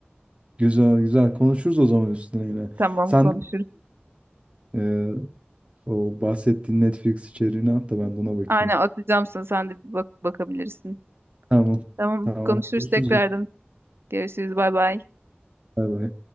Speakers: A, on the right; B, on the right.
A: Güzel güzel. Konuşuruz o zaman üstüne yine.
B: <laughs> Tamam
A: Sen
B: konuşuruz.
A: de şey, O bahsettiğin Netflix içeriğini at da ben de ona bakayım.
B: Aynen atacağım sana. Sen de bir bak bakabilirsin.
A: Tamam.
B: Tamam
A: Tamam.
B: konuşuruz
A: Görüşürüz.
B: tekrardan. Görüşürüz. Bay bay.
A: Bay bay.